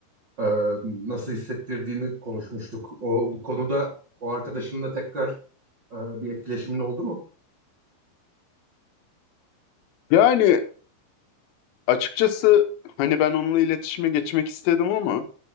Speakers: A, on the right; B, on the left.
A: e, nasıl hissettirdiğini konuşmuştuk. O bu konuda o arkadaşınla tekrar e, bir etkileşimin oldu mu?
B: Yani açıkçası hani ben onunla iletişime geçmek istedim ama